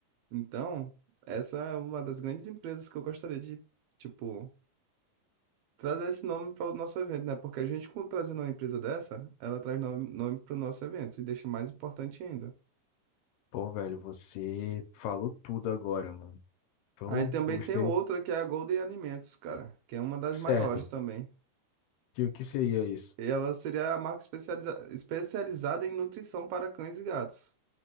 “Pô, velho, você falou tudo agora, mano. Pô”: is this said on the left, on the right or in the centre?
Left